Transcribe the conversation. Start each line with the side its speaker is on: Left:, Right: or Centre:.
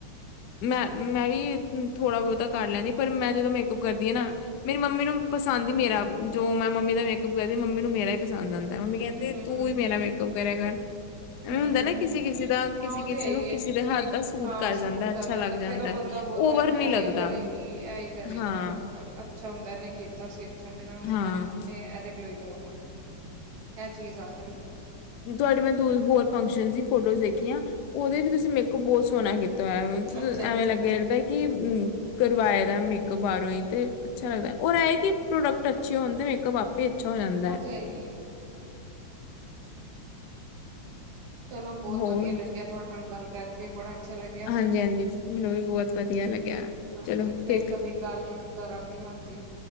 Left: ਮੈਂ- ਮੈਂ ਵੀ ਥੋੜਾ- ਬਹੁਤਾ ਕਰ ਲੈਂਦੀ, ਪਰ ਮੈਂ ਜਦੋਂ ਮੇਕਅੱਪ ਕਰਦੀ ਹਾਂ ਨਾ। ਮੇਰੀ ਮੰਮੀ ਨੂੰ ਪਸੰਦ ਹੀ ਮੇਰਾ, ਜੋ ਮੈਂ ਮੰਮੀ ਦਾ ਮੇਕਅਪ ਕਰਦੀ, ਮ ਮੰਮੀ ਨੂੰ ਮੇਰਾ ਹੀ ਪਸੰਦ ਆਉਂਦਾ। ਮੰਮੀ ਕਹਿੰਦੇ
Right: ਹੂੰ
Left: ਤੂੰ ਹੀ ਮੇਰਾ ਮੇਕਅਪ ਕਰਿਆ ਕਰ।
Right: ਹੂੰ
Left: ਹੁੰਦਾ ਨਾ ਕਿਸੇ- ਕਿਸੇ ਦਾ,
Right: ਹਾਂ
Left: ਕਿਸੇ
Right: ਉਹ
Left: -ਕਿਸੇ
Right: ਤੇ ਹੈ ਹੀ
Left: ਨੂੰ, ਕਿਸੇ
Right: ਹੈ
Left: ਦੇ ਹੱਥ ਦਾ ਸੂਟ
Right: ਹਾਂ
Left: ਕਰ ਜਾਂਦਾ।
Right: ਸੂਟ
Left: ਅੱਛਾ
Right: ਕਰ ਜਾਂਦਾ
Left: ਲੱਗ
Right: ਫੇਰ ਉਹ ਬੰਦਾ ਬੋਲਦਾ,
Left: ਓਵਰ ਨੀ
Right: ਇਹ
Left: ਲੱਗਦਾ
Right: ਹੀ ਕਰੇਗੀ, ਇਹ ਹੀ ਕਰੇਗੀ
Left: ਹਾਂ
Right: ਮੇਰੇ। ਅੱਛਾ ਹੁੰਦਾ ਇਹਨੇ ਕੀਤਾ ਸੀ ਅੱਛਾ ਮੇਰਾ ਮੈਂ
Left: ਹਾਂ
Right: ਇਹ ਇਹਦੇ ਕਲੋਈ ਕਰਾਵਾਂਗੀ। ਇਹ ਚੀਜ਼ ਆ ਜਾਂਦੀ ਹੈ ਫਿਰ।
Left: ਤੁਹਾਡੀ ਮੈਂ ਦ ਹੋਰ ਫੰਕਸ਼ਨ ਦੀ ਫੋਟੋਜ਼ ਦੇਖੀਆਂ। ਉਹਦੇ
Right: ਹੂੰ
Left: ਚ' ਤੁਸੀਂ ਮੇਕਅਪ ਬਹੁਤ ਸੋਹਣਾ ਕੀਤਾ।
Right: ਅੱਛਾ
Left: ਐਵੇਂ
Right: ਜੀ
Left: ਲੱਗਿਆ, ਕਿ ਕਰਵਾਏ ਦਾ ਮੇਕਅਪ ਬਰ ਤੇ ਅੱਛਾ ਲੱਗਦਾ ਰੈ, ਇਹਏ ਕਿ ਪ੍ਰੋਡਕਟ ਅੱਛੇ ਹੋਣ ਤੇ ਮੇਕਅਪ ਆਪ ਹੀ ਅੱਛਾ ਹੋ ਜਾਂਦਾ ਹੈ।
Right: ਹੈਏ। ਹੂ, ਚਲੋ ਬਹੁਤ
Left: ਹੋਰ
Right: ਵਧੀਆ ਲੱਗਿਆ ਤੁਹਾਡੇ ਨਾਲ ਗੱਲ ਕਰਕੇ ਬੜਾ ਅੱਛਾ ਲੱਗਿਆ।
Left: ਹਾਂਜੀ- ਹਾਂਜੀ, ਮੈਨੂੰ ਵੀ ਬਹੁਤ ਵਧੀਆ ਲੱਗਿਆ
Right: ਹਾਂਜੀ
Left: ਚਲੋ
Right: ਫੇਰ
Left: ਫ
Right: ਕਦੇ ਗੱਲ ਕਰਾਂਗੇ ਹਾਂਜੀ